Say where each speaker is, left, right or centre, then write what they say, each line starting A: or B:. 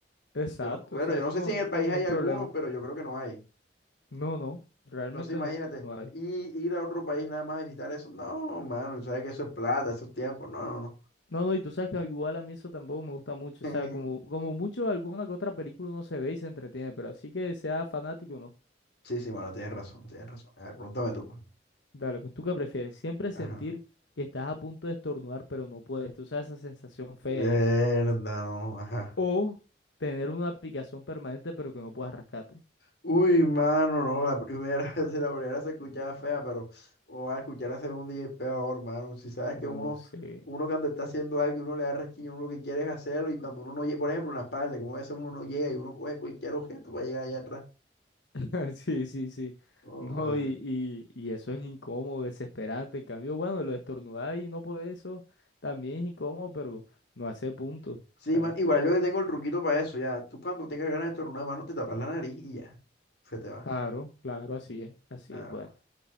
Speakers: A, on the left; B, on the left.
A: Exacto,
B: Yo no, bueno,
A: o sea,
B: yo
A: eso
B: no sé
A: no,
B: si en
A: no
B: el país
A: tiene ningún
B: hay alguno,
A: problema.
B: pero yo creo que no hay.
A: No, no, realmente
B: Entonces, imagínate,
A: no, no hay.
B: y ir a otro país nada más a visitar eso. No, mano, sabes que eso es plata, esos tiempos. No, no,
A: No, no, y tú sabes que igual a mí eso tampoco me gusta mucho,
B: no.
A: o sea, como,
B: <laughs>
A: como mucho alguna que otra película uno se ve y se entretiene, pero así que sea fanático, no.
B: Sí, sí, mano, tienes razón, tienes razón. A ver, pregúntame tú, pues.
A: Dale, pues tú qué prefieres, siempre
B: Ajá.
A: sentir que estás a punto de estornudar, pero no puedes, tú sabes esa sensación fea
B: Mierda,
A: y eso.
B: no, ajá.
A: O tener una aplicación permanente pero que no puedas rescate.
B: Uy, mano, no, la primera, <laughs> si la primera se escuchaba fea, pero o a escuchar la segunda y es peor, hermano. Si sabes que
A: No
B: uno,
A: sé.
B: uno cuando está haciendo algo, uno le da resquiño, uno lo que quiere es hacerlo, y cuando uno no llega, por ejemplo, en la espalda, como a veces uno no llega y uno coge cualquier objeto para llegar allá atrás.
A: <laughs> Sí, sí, sí.
B: Oh,
A: No,
B: eh,
A: y, y, y eso es incómodo, desesperante. En cambio, bueno, lo de estornudar y no poder eso también es incómodo, pero no hace punto. O
B: sí,
A: sea,
B: man, igual yo le tengo el truquito para eso, ya. Tú cuando tengas ganas de estornudar, mano, te tapas la nariz y ya, se te va.
A: claro, claro, así es. Así
B: Ah,
A: es. Bueno,
B: no,